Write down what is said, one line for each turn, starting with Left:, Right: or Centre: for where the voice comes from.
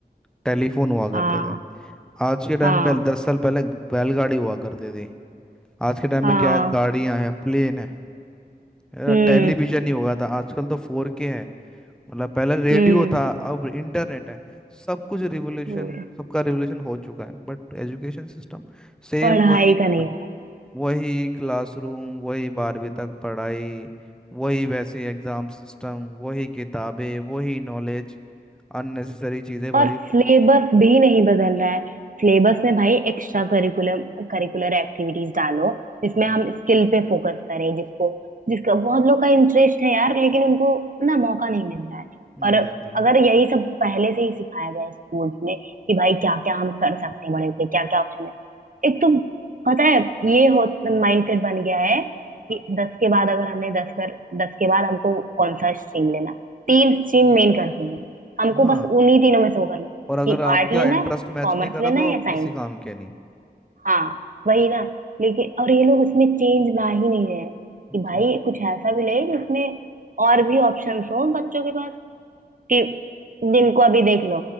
Centre: टेलीफोन हुआ करते
Right: हाँ
Centre: थे आज के टाइम
Right: हाँ
Centre: पे दस साल पहले बैलगाड़ी हुआ करती थी आज के टाइम
Right: हाँ
Centre: में क्या है गाड़ियां हैं प्लेन है यार,
Right: हम्म
Centre: टेलीविजन ही होगा था आजकल तो फोर के है मतलब पहले रेडियो
Right: हम्म
Centre: था अब इंटरनेट है सब कुछ रिवोल्यूशन
Right: और
Centre: सबका रिवोल्यूशन हो चुका है बट एजुकेशन सिस्टम सेम
Right: पढ़ाई
Centre: वही
Right: का नहीं
Centre: वही क्लासरूम वही बारहवीं तक पढ़ाई वही वैसे एग्जाम सिस्टम वही किताबें वही नॉलेज अननेसेसरी चीजें
Right: और
Centre: भरी पड़ी
Right: सिलेबस भी नहीं बदल रहा है सिलेबस में भाई एक्स्ट्रा करिकुलर करिकुलर एक्टिविटीज डालो जिसमें हम स्किल पे फोकस करें जिसको जिसका बहुत लोग का इंटरेस्ट है यार लेकिन उनको ना मौका नहीं मिल रहा है
Centre: एग्जैक्टली
Right: और अगर यही सब पहले से ही सिखाया जाए स्कूल्स में कि भाई क्या क्या हम कर सकते हैं बड़े होके क्या क्या ऑप्शन है एक तो पता है ये हो माइंडसेट बन गया है कि दस के बाद अगर हमने दस कर दस के बाद हमको कौन सा स्ट्रीम लेना तीन स्ट्रीम मेन करते हैं हमको
Centre: हाँ
Right: बस उन्हीं तीनों में से वो करना है
Centre: और अगर
Right: कि
Centre: आपका
Right: आर्ट लेना
Centre: इंटरेस्ट
Right: है
Centre: मैच
Right: कॉमर्स
Centre: नहीं कर
Right: लेना
Centre: रहा तो
Right: है
Centre: आप
Right: या साइंस
Centre: किसी काम के नहीं
Right: हाँ वही ना लेकिन और ये लोग इसमें चेंज ला ही नहीं रहे हैं कि भाई
Centre: तो
Right: कुछ ऐसा भी ले जिसमें और भी ऑप्शंस हो बच्चों के पास कि जिनको अभी देख लो